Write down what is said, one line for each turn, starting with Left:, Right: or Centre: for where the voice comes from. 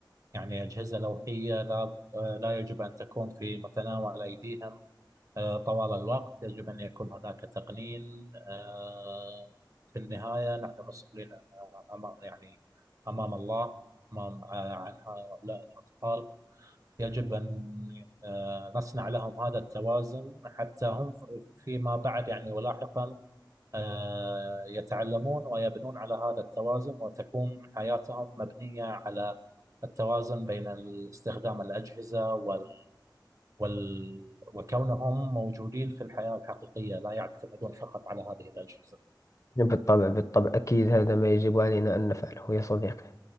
Right: يعني أجهزة لوحية لا آه، لا يجب أن تكون في متناول أيديهم آه، طوال الوقت يجب أن يكون هناك تقنين آه، في النهاية نحن مسؤولين أمام يعني أمام الله أمام آه، عن هؤلاء الأطفال يجب أن آه، نصنع لهم هذا التوازن حتى هم فيما بعد يعني ولاحقا آه، يتعلمون ويبنون على هذا التوازن وتكون حياتهم مبنية على التوازن بين استخدام الأجهزة وال وال... وكونهم موجودين في الحياة الحقيقية لا يعتمدون فقط على هذه الأجهزة
Left: بالطبع بالطبع أكيد هذا ما يجب علينا أن نفعله يا صديقي